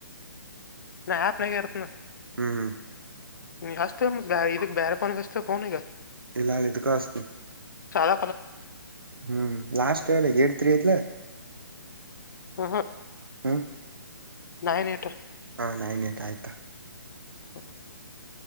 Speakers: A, on the left (about 55°); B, on the right (about 85°).
A: ನಾ ಆಪ್ ನಗೆ ಇರ್ತಿನಿ
B: ಹ್ಮ್ ಹ್ಮ್
A: ಹಚ್ತಿನಿ ಬ್ಯಾರೇ ಹಚ್ಚಿಕ್ ಪೋನ್ಗ
B: ಇಲ್ಲಾ ಇದ್ದಾಗ ಹಚ್ತಿನಿ
A: ಚಾಲ
B: ಹ್ಮ್ ಲಾಸ್ಟ್ ಎಯಿಟ್ ತ್ರೀ ಆಯ್ತಲಾ
A: ಹಾ ಹಾ
B: ಹ್ಮ್
A: ನೈನ್ ಎಯಿಟ್
B: ಹಾ ನೈನ್ ಎಯಿಟ್ ಆಯ್ತು
A: <inaudible>